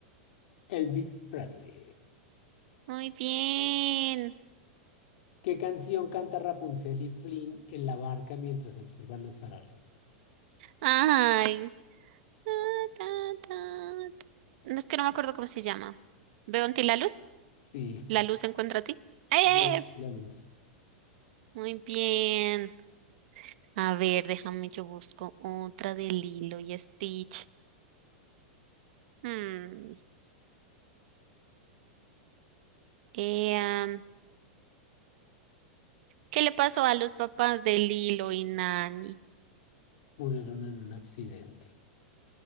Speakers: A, on the left (about 55°); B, on the right (about 60°).
A: Elvis Presley.
B: Muy bien.
A: ¿Qué canción canta Rapunzel y Flynn en la barca mientras observan los faroles?
B: Ay. Ta, ta, ta, ta. No es que no me acuerdo cómo se llama. ¿Veo en ti la luz?
A: Sí,
B: ¿La luz encuentra a ti? ¡Eh!
A: <laughs> la luz.
B: Muy bien. A ver, déjame, yo busco otra de Lilo y Stitch. Hmm, eh, am, ¿qué le pasó a los papás de Lilo y Nani?
A: Murieron en un accidente.